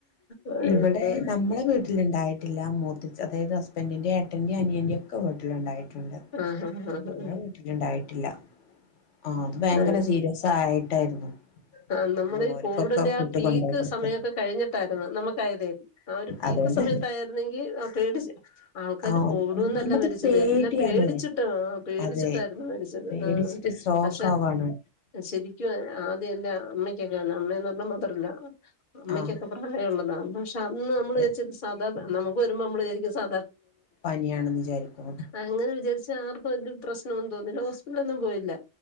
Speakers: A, on the left; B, on the left.
A: അ
B: ഇവിടെ നമ്മളെ വീട്ടിലുണ്ടായിട്ടില്ല മൂത്തച്ചി അതായത് ഹസ്ബൻഡറിന്റെഏട്ടന്റെറെ അനിയന്റെയും ഒക്കെും ട്ടിലുണ്ടായിട്ടുണ്ട്
A: ആഹ് ആഹ് ആഹ്
B: നമ്മൾ വീട്ടിലുണ്ടായിട്ടില്ല ആഹ് അത് ഭയങ്കര
A: ആ
B: സീരിയസ് ആയിട്ടായിരുന്നു
A: ആ നമ്മൾ
B: പിന്നെ
A: ഈ
B: ഓര്ക്കൊക്കെ
A: കോവിഡിന്റെ
B: ഫുഡ്
A: ആ പീക്ക്
B: കൊണ്ടോയി കൊടുത്ത്
A: സമയമൊക്കെ കഴിഞ്ഞിട്ടായിരുന്നു നമുക്ക് ഇതത് ആ ഒരു പീക്ക്
B: അതുകൊണ്ട്
A: സമയത്ത ആായിരുന്നെങ്കിൽ ആ പേടി അ ആൾക്കാാര്
B: ആഹ്
A: കോവിഡന്നല്ല
B: ഒന്നാമത്
A: മരിച്ചത്
B: പേടിയാണ്
A: എല്ലാം പേടിച്ചിട്ടും ആ പേടിച്ചിട്ടായിരുന്നു
B: അതെ
A: മരിച്ചത്
B: പേടിച്ചിട്ട് സ്ട്രോക്ക്
A: ആ
B: ആവാണ്
A: ശരിക്കും ആദ്യം എല്ല അമ്മക്കൊക്കെയാണ് അമ്മന്ന് പറഞ്ഞാൽ മാത്രല്ല അമ്മയ്ക്കൊക്കെ
B: ആഹ്
A: പ്രായമുള്ളതാണ് പക്ഷെ അന്ന് നമ്മള്െ
B: അതെ
A: സാ ന മമളരിക്ക സാ
B: പനിയാണെന്ന് വിചാരിക്കുമ്പോ
A: അനെ വിചാരിച്ച ആർക്കും പ്രശ്ന ോ തോന്നെ ഹോസ്പിറ്റലൊന്നും പോയില്ല